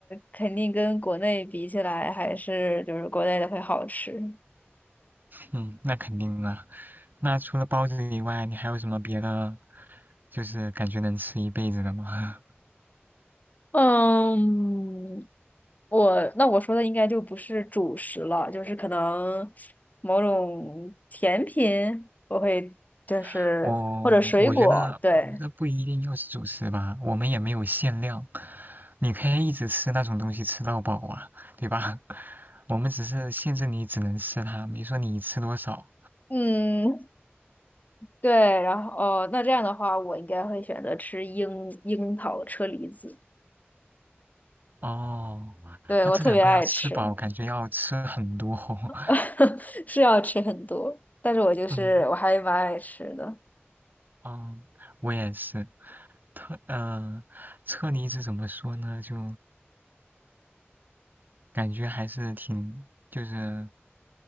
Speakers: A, on the left; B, on the right.
A: 肯定跟国内比起来，还是就是国内的会好吃。
B: 嗯，那肯定啊。那除了包子以外，你还有什么别的，就是感觉能吃一辈子的吗？
A: 嗯，我那我说的应该就不是主食了，就是可能某种甜品，我会就是或者水果，
B: <laughs> 我我觉得，
A: 对，
B: 我觉得不一定要是主食吧，我们也没有限量，你可以一直吃那种东西吃到饱啊，对吧？<laughs> 我们只是限制你只能吃它，没说你吃多少。
A: 嗯，对，然后哦，那这样的话，我应该会选择吃樱樱桃车厘子，
B: 哦，
A: 对，
B: 那这两个要吃饱，
A: 我特别爱吃，
B: 感觉要吃很多哦。<laughs>
A: <laughs> 是要吃很多，但是我就是我还蛮爱吃的。
B: 嗯，哦，我也是。特呃，车厘子怎么说呢？就感觉还是挺就是